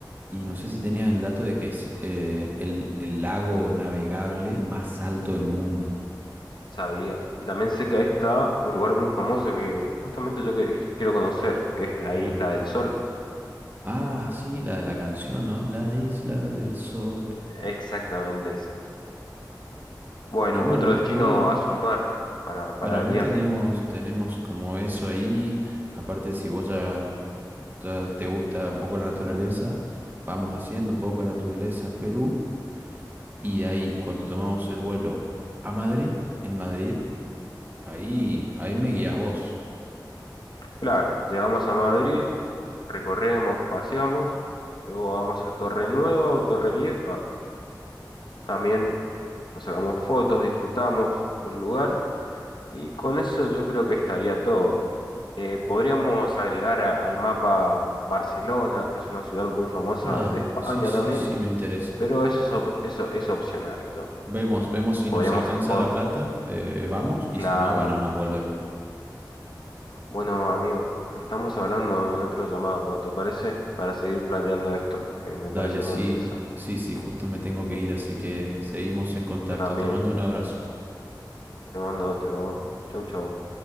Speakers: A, on the right (about 25°); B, on the left (about 75°).
A: y no sé si tenías el dato de que es eh, el, el lago navegable más alto del mundo.
B: Sabía. Y también sé que ahí está un lugar muy famoso que justamente yo que- quiero conocer, que es la Isla
A: Ajá.
B: del Sol.
A: Ah, sí, la de la canción, ¿no? La isla del sol.
B: Exactamente esa. Bueno,
A: Y bueno,
B: otro destino
A: y bueno,
B: a sumar para,
A: para
B: para
A: mí
B: el viaje.
A: tenemos, tenemos como eso ahí. Aparte, si vos ya ya te gusta un poco la naturaleza, vamos haciendo un poco de naturaleza en Perú y de ahí cuando tomamos el vuelo a Madrid, en Madrid, ahí, ahí me guías vos.
B: Claro, llegamos a Madrid, recorremos, paseamos, luego vamos a Torre Nueva o Torre Vieja. También nos sacamos fotos, disfrutamos del lugar Y con eso yo creo que estaría todo. Eh, podríamos agregar a- al mapa Barcelona, que es una ciudad muy famosa
A: Ah,
B: de, de España
A: sí, sí,
B: también,
A: sí, me interesa.
B: pero eso es, op- eso es opcional ya.
A: Vemos, vemos si
B: Podríamos,
A: nos alcanza
B: po-
A: la plata, eh, vamos y
B: claro.
A: si no, bueno, nos volvemos.
B: Bueno, amigo, estamos hablando en otro llamado, ¿te parece? Para seguir planeando esto, que me
A: Dale,
B: parece
A: sí,
B: muy interesante.
A: sí, sí, justo me tengo que ir, así que seguimos en contacto.
B: Yo también.
A: Te mando un abrazo.
B: Te mando otro. Chau, chau.